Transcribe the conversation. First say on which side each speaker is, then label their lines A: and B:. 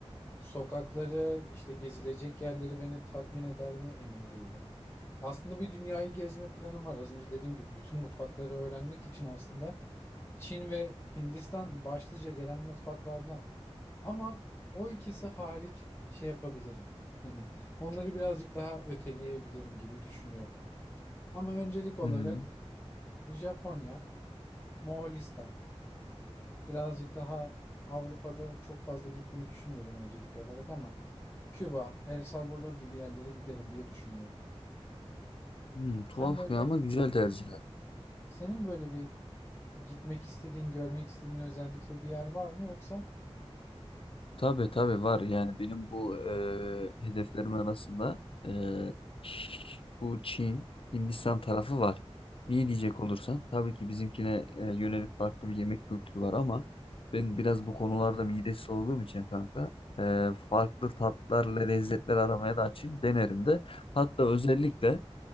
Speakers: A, on the left; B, on the left.
A: Sokakları, işte gezilecek yerleri beni tatmin eder mi? Emin değilim. Aslında bir dünyayı gezme planım var. Az önce dediğim gibi bütün mutfakları öğrenmek için aslında Çin ve Hindistan başlıca gelen mutfaklardan. Ama o ikisi hariç şey yapabilirim. Hani onları birazcık daha öteleyebilirim gibi düşünüyorum. Ama öncelik olarak
B: Hmm,
A: Japonya, Moğolistan. Birazcık daha Avrupa'da çok fazla gitmeyi düşünmüyorum öncelik olarak ama Küba, El Salvador gibi yerlere giderim diye düşünüyorum.
B: hmm,
A: Sen
B: tuhaf
A: böyle,
B: ya ama güzel tercihler.
A: senin böyle bir gitmek istediğin, görmek istediğin özellikle bir yer var mı yoksa?
B: Tabii tabii var yani benim bu eee, hedeflerim arasında eee, Ş- bu Çin, Hindistan tarafı var. Niye diyecek olursan tabii ki bizimkine e, yönelik farklı bir yemek kültürü var ama ben biraz bu konularda midesi olduğum için kanka eee, farklı tatlarla lezzetler aramaya da açayım denerim de. Hatta özellikle